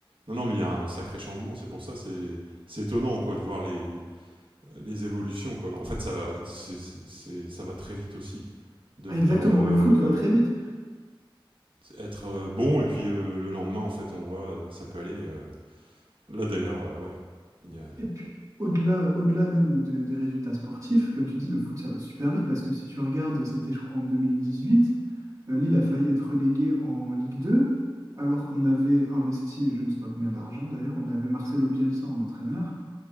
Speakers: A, on the right; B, on the right.
A: Non, non, mais il y a un sacré changement. C'est pour ça, c'est c'est étonnant quoi de voir les les évolutions, quoi. En fait, ça va, c'est, c'est- ça va très vite aussi. Devenir,
B: Ah, exactement,
A: euh,
B: le foot va très vite.
A: être euh, bon, et puis euh, le lendemain, en fait, on voit, euh, ça peut aller. euh. Là, d'ailleurs, euh, ouais. il y a-
B: Et puis, au-delà, au-delà même de- des résultats sportifs, comme tu dis, le foot, ça va super vite parce que si tu regardes, c'était, je crois, en 2018, euh, Lille a failli être relégué en Ligue 2, alors qu'on avait investi, je ne sais pas combien d'argent d'ailleurs, on avait Marcelo Bielsa en entraîneur,